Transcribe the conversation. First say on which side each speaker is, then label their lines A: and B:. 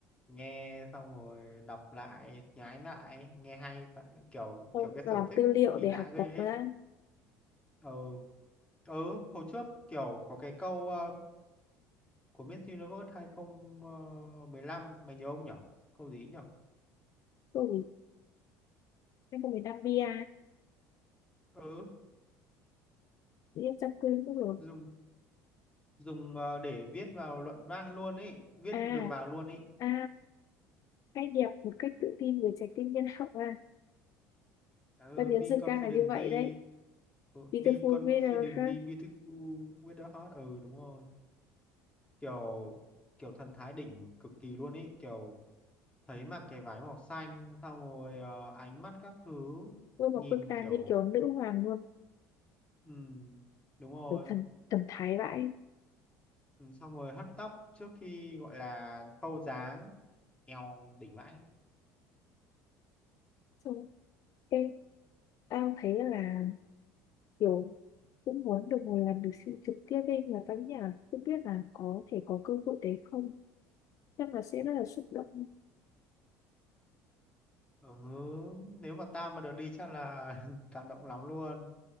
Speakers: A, on the left (about 15°); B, on the left (about 50°).
A: nghe xong rồi đọc lại nhái lại nghe hay và- kiểu
B: xong
A: kiểu cái
B: làm
A: sở thích
B: tư liệu
A: kỳ
B: để
A: lạ
B: học
A: ghê
B: tập
A: ấy
B: ra.
A: ừ ừ hồi trước kiểu có cái câu ờ, của Miss Universe 2015 mày nhớ không nhở câu gì ấy nhở
B: Ôi, em có miền Nam Bia,
A: ừ
B: em chăm quên mất rồi.
A: dùng dùng ờ, để viết vào luận văn luôn ấy viết
B: À,
A: được vào luôn ấy
B: à, cái đẹp một cách tự tin với trái tim nhân hậu à.
A: ừ,
B: Ta biến
A: be
B: dịch
A: confidently
B: ra là như vậy đấy.
A: Ờ,
B: Beautiful
A: be confidently
B: Veneration,
A: beautiful with a heart ừ đúng rồi kiểu kiểu thần thái đỉnh cực kỳ luôn ý kiểu thấy mặc cái váy màu xanh xong rồi ờ, ánh mắt các thứ
B: ôi một
A: nhìn
B: bức tàn
A: kiểu
B: như kiểu nữ hoàng luôn,
A: ừ đúng rồi
B: kiểu thần, thần thái vãi.
A: ừ, xong rồi hất tóc trước khi gọi là thâu dáng eo đỉnh vãi
B: Xong, cái tao thấy là kiểu cũng muốn được ngồi làm được sự trực tiếp ấy là các nhà cũng biết là có thể có cơ hội đấy không chắc là sẽ rất là xúc động
A: ừ, nếu mà tao mà được đi chắc là <laughs> cảm động lắm luôn